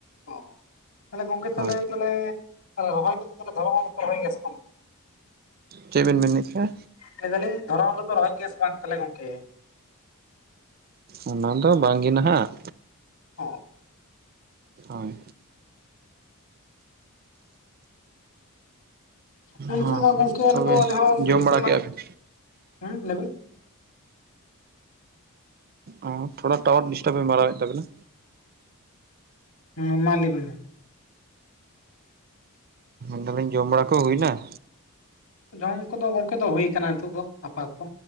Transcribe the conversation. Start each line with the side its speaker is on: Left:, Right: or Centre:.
Left: ᱚ ᱛᱟᱞᱦᱮ ᱜᱚᱝᱠᱮ ᱛᱟᱞᱦᱮ,
Right: ᱦᱳᱭ
Left: ᱛᱟᱞᱦᱮ ᱨᱚᱦᱚᱭ ᱠᱚᱫᱚ ᱫᱷᱚᱨᱚᱱ ᱨᱮᱫᱚ ᱯᱮ ᱨᱚᱦᱚᱭ ᱜᱮᱭᱟ ᱥᱮ ᱵᱟᱝ?
Right: ᱪᱮᱫ ᱵᱤᱱ ᱢᱮᱱ ᱠᱮᱜ-ᱟ?
Left: ᱞᱟᱹᱭ ᱫᱟᱹᱞᱤᱧ ᱫᱷᱚᱨᱚᱢ ᱨᱮ ᱫᱚ ᱯᱮ ᱨᱚᱦᱚᱭ ᱜᱮᱭᱟ ᱥᱮ ᱵᱟᱝ ᱛᱟᱞᱦᱮ ᱜᱚᱝᱠᱮ?
Right: ᱚᱱᱟ ᱫᱚ ᱵᱟᱝ ᱜᱮ ᱱᱟᱦᱟᱜ᱾
Left: <unintelligible>
Right: ᱦᱳᱭ ᱾
Left: ᱱᱤᱛ
Right: ᱦᱚᱸ
Left: ᱢᱟ ᱟᱞᱮ ᱢᱟ ᱜᱚᱝᱠᱮ ᱟᱞᱮ
Right: ᱛᱚᱵᱮ
Left: ᱫᱚ ᱟᱞᱮ ᱦᱚᱸ
Right: ᱡᱚᱢ
Left: ᱵᱤᱨ ᱫᱤᱥᱚᱢ᱾
Right: ᱵᱟᱲᱟ ᱠᱮᱫᱼᱟ ᱵᱤᱱ
Left: ᱦᱮᱸ ᱞᱟᱹᱭ ᱵᱤᱱ
Right: ᱚ ᱛᱷᱚᱲᱟ ᱴᱟᱣᱟᱨ ᱰᱤᱥᱴᱟᱵᱮ ᱢᱟᱨᱟᱣᱮᱫ ᱛᱟᱵᱮᱱᱟ᱾
Left: ᱦᱩᱸ ᱢᱟ ᱞᱟᱹᱭ ᱵᱤᱱ ᱦᱩᱸ
Right: ᱢᱮᱱ ᱫᱟᱹᱞᱤᱧ ᱡᱚᱢ ᱵᱟᱲᱟ ᱠᱚ ᱦᱩᱭᱱᱟ?
Left: ᱡᱚᱢ ᱠᱚᱫᱚ ᱜᱚᱝᱠᱮ ᱫᱚ ᱦᱩᱭᱩ ᱠᱟᱱᱟ ᱱᱤᱛᱳᱜ ᱫᱚ ᱟᱯᱟᱛᱚ